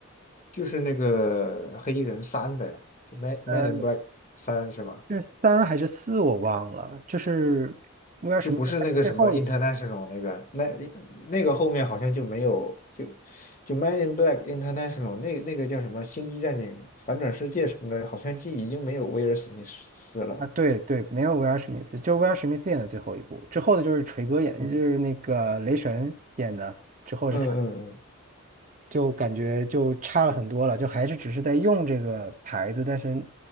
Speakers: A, on the left; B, on the right.
A: 就是那个黑衣人三呗，就《Man
B: 呃，
A: Man in Black 三》是吗？
B: 是三还是四我忘了，就是威尔史密斯拍的最后一部
A: 就不是那个什么 international 那个，那那个后面好像就没有，就就 Man in Black International 那那个叫什么《星际战警：反转世界》什么的，好像就已经没有威尔史密斯了。
B: 啊，对对，没有威尔史密斯，就是威尔史密斯演的最后一部，之后的就是锤哥演，
A: 嗯
B: 就是那个雷神演的，之后是他。
A: 嗯嗯嗯，
B: 就感觉就差了很多了，就还是只是在用这个牌子，但是